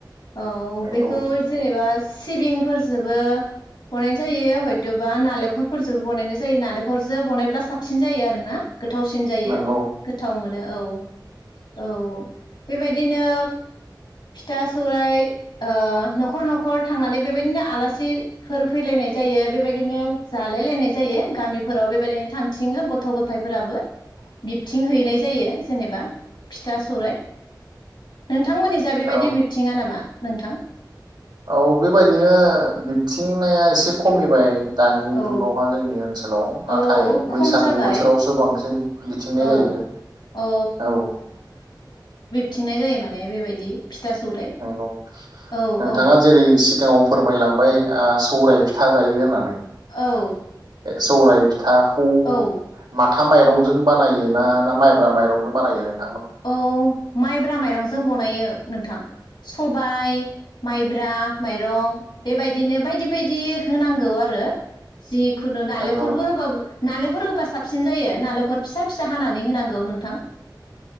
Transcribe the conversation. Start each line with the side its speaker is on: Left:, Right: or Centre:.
Left: औ
Right: नंगौ
Left: बेखौ जेनेबा सिबिंफोरजोबो बनायनाय जायो हयथबा नालेंख नखरफोरजोंबो बानायनाय जायो नालेंखरजों बनायब्ला साबसिन जायो आरो ना। गोथावसिन जायो
Right: नंगौ
Left: गोथाव मोनो औ औ बेबायदिनो फिथा सौराय ओ न'खर न'खर थांनानै बेबायदिनो आलासिफोर फैलायनाय जायो बेबायदिनो जालाय लायनाय जायो गामिफोराव बेबायदिनो थांथिङो गथ' गथायफोराबो बिबथिं हैनाय जायो जेनेबा फिथा सौराय ‌।नोंथांमोननि जाय बेबायदि
Right: औ
Left: बिबथिङा नामा नोंथां
Right: औ बेबायदिनो बिबथिंनाया एसे खमिबाय दानि
Left: औ
Right: जुगावहा जोंनि ओनसोलाव नाथाय
Left: औ
Right: बैसागु
Left: खम जाबाय
Right: बोथोरावसो बांसिन बिबथिंनाय
Left: औ
Right: जायो
Left: औ
Right: औ
Left: थिंनाय जायो माने बेबायदि फिथा सौराइ
Right: नंगौ
Left: औ
Right: नोंथाङा
Left: औ
Right: जेरै सिगाङाव फोरमायलांबाय आ सौराय फिथा जायो होननानै
Left: औ
Right: सौराइ फिथाखौ
Left: औ
Right: मा था माइरंजों बानायोना ना माइब्रा माइरंजों बानायो नों
Left: औ माइब्रा माइरंजों बनायो नोंथां सबाय माइब्रा माइरं बेबायदिनो बायदि बायदि होनांगौ आरो जि खुनु नालेंखरबो
Right: नंगौ
Left: होबाबो नालेखर होबा साबसिन जायो नालेखर फिसा फिसा हानानै होनांगौ नोंथां।